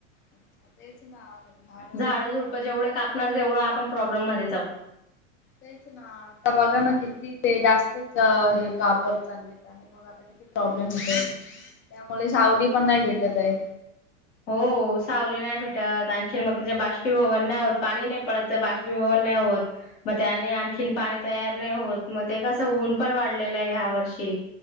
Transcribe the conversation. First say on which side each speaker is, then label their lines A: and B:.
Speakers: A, on the left; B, on the left.
A: अच्छा तेच ना झाड ना
B: झाडं झुडपं
A: आपल्याला
B: जेवढे कापणार
A: काय
B: तेवढं आपण प्रॉब्लेम मध्ये जाऊ
A: तेच ना आता बघा ना किती ते जास्तच हे कापत चाललेत आणि मग आता किती प्रॉब्लेम होतायत त्यामुळे सावली पण नाही भेटत आहे
B: हो सावली नाही भेटत आणखी मग त्याचे बाषपिभवन नाही होत पाणी नाही पडत बाषपीभवन नाही होत मग त्याने आणखीन पाणी तयार नाही होत मग ते कसं ऊन पण वाढलेलं आहे ह्या वर्षी